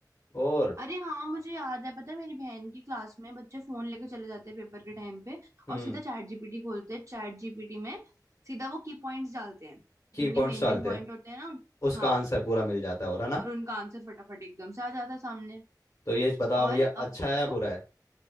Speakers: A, on the left; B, on the right.
A: और
B: अरे हाँ मुझे याद है पता है मेरी बहन की क्लास में बच्चे फोन लेके चले जाते हैं पेपर के टाइम पे
A: हम्म
B: और सीधा चैट जीपीटी खोलते हैं चैट जीपीटी में सीधा वो की पॉइंट्स डालते हैं
A: की
B: जो उनके
A: पॉइंट्स
B: मेन
A: डालते
B: मेन पॉइंट
A: हैं
B: होते हैं ना
A: उसका
B: हाँ
A: आंसर पूरा मिल जाता है और है ना
B: और उनका आंसर फटाफट एकदम से आ जाता है सामने
A: तो ये बताओ
B: और
A: अब ये अच्छा
B: अब
A: है
B: तो
A: या बुरा है